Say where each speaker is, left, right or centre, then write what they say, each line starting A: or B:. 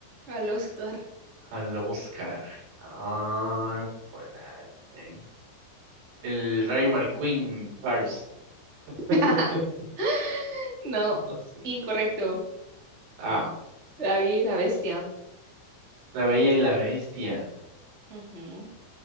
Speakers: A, on the right; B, on the right.
A: Al Oscar.
B: Al Oscar. Ah, fuera. eh. El Rayo Marquín, Cars.
A: <laughs>
B: <laughs>
A: No,
B: No sé.
A: incorrecto.
B: Ah,
A: David la bestia.
B: La Bella y la Bestia.
A: Ujú.